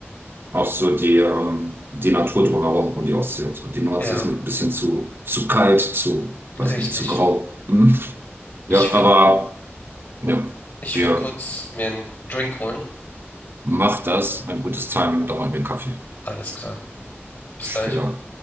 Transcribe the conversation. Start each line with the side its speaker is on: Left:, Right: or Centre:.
Right: Auch so die, ähm, die Natur drumherum und die Ostsee und so. Die Nordsee
Left: Ja,
Right: ist mir ein bisschen zu, zu kalt, zu, weiß
Left: richtig.
Right: nicht, zu grau. Hm. Ja,
Left: Ich würde
Right: aber ja,
Left: ich
Right: wir
Left: würd kurz mir einen Drink holen.
Right: macht das. Ein gutes Timing, da machen wir Kaffee
Left: Alles klar. Bis
Right: später.
Left: gleich.